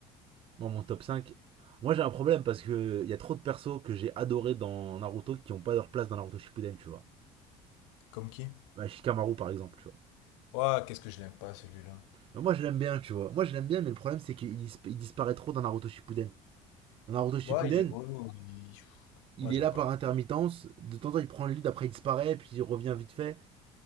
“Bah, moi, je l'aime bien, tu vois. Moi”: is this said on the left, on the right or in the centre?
Right